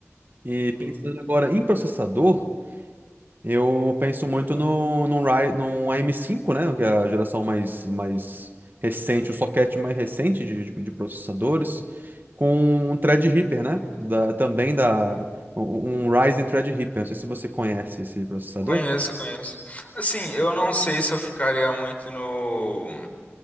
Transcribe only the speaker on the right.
E pensando agora em processador, eu penso muito no, no, Ry- no AM5, né? Que é a geração mais, mais recente, o socket mais recente de, de, de processadores, com um Threadripper, né? Da, também da. Um um Ryzen Threadripper. Não sei se você conhece esse processador.